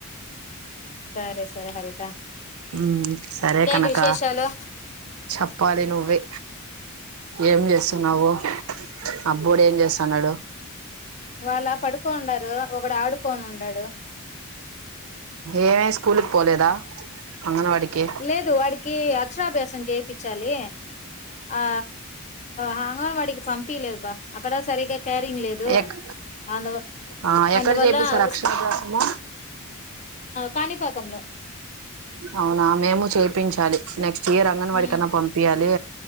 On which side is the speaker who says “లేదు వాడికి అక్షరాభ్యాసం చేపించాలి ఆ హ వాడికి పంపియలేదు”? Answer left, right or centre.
Left